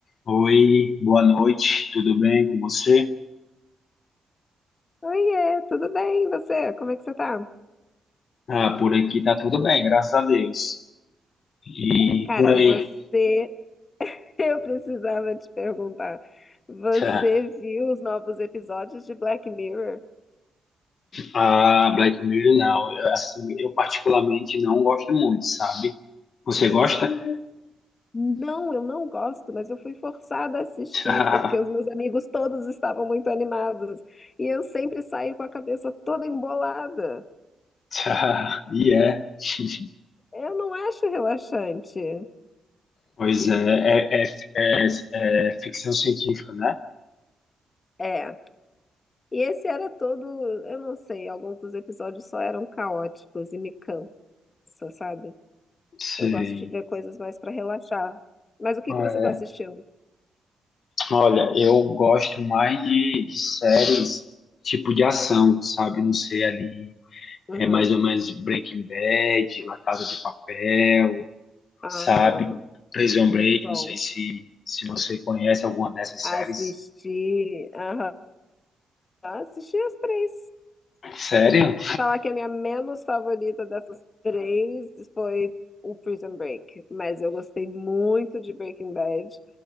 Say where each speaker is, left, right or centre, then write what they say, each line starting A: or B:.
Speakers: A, on the left; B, on the left.
A: Oi, boa noite, tudo bem com você?
B: Oiê, tudo bem? E você? Como é que você tá?
A: Ah, por aqui tá tudo bem, graças a Deus. E
B: Cara,
A: por aí,
B: você. <laughs> Eu precisava te perguntar. Você
A: <laughs> tá.
B: viu os novos episódios de Black Mirror?
A: Ah, Black Mirror não, eu, assim, eu particularmente não gosto muito, sabe? Você gosta? <laughs>
B: Não, eu não gosto, mas eu fui forçada a assistir
A: Tá,
B: porque os meus amigos todos estavam muito animados e eu sempre saio com a cabeça toda embolada.
A: tá, e é. <laughs>
B: Eu não acho relaxante.
A: Pois é, é, é, é, é ficção científica, né?
B: É. E esse era todo, eu não sei, alguns dos episódios só eram caóticos e me cansa, sabe?
A: Sei.
B: Eu gosto de ver coisas mais para relaxar. Mas o que
A: É,
B: que você está assistindo?
A: Olha, eu gosto mais de, de séries tipo de ação, sabe? Não sei ali.
B: Uhum.
A: É mais ou menos Breaking Bad, La Casa de Papel,
B: Aham.
A: sabe? Prison
B: Muito
A: Break,
B: bom.
A: não sei se, se você conhece alguma dessas séries.
B: Assisti. Aham. Assisti as três.
A: Sério?
B: Te falar que a minha menos favorita dessas três foi o Prison Break. Mas eu gostei muito de Breaking Bad.